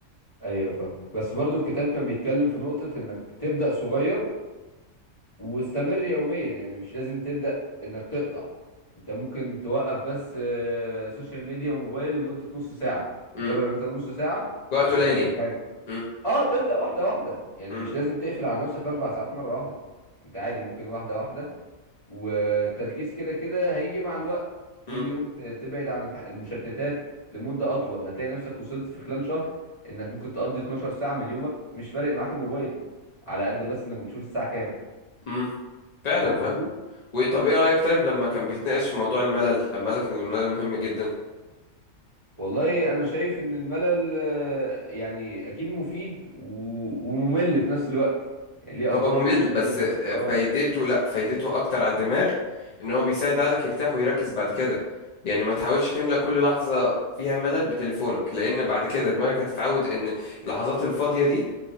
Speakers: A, on the left; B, on the left.
A: أيوه فاهم بس برضو الكتاب كان بيتكلم في نقطة إنك تبدأ صغير واستمر يوميا يعني مش لازم تبدأ إنك تقطع أنت ممكن توقف بس آه، سوشيال ميديا وموبايل لمدة نص ساعة تقرر
B: امم
A: إن أنت نص ساعة
B: وقت
A: مش
B: قليل
A: هتمسك
B: يعني
A: حاجة
B: امم
A: اه تبدأ واحدة واحدة يعني
B: امم
A: مش لازم تقفل على نفسك أربع ساعات مرة واحدة أنت عادي ممكن واحدة واحدة والتركيز كده كده هيجي مع الوقت كل
B: امم
A: يوم ت- تبعد عن الح- المشتتات لمدة أطول هتلاقي نفسك وصلت في خلال شهر إنك ممكن تقضي 12 ساعة من يومك مش فارق معاك الموبايل على قد بس إنك بتشوف الساعة كام
B: إمم. فعلا
A: فاهم
B: فعلا
A: قصدي؟
B: وطب ايه رأيك طيب لما كان بيتناقش في موضوع الملل لما قالك ان الملل مهم جدا
A: والله أنا شايف إن الملل آه، يعني أكيد مفيد و- وممل في نفس الوقت يعني ليه
B: هو
A: أضراره
B: ممل
A: وليه
B: بس
A: حاجات آه
B: فايدته لا فايدته اكتر على الدماغ ان هو بيساعد عقلك يرتاح ويركز بعد كده يعني ما تحاولش تملى كل لحظة فيها ملل بتليفونك لان بعد كده دماغك هتتعود ان اللحظات الفاضية دي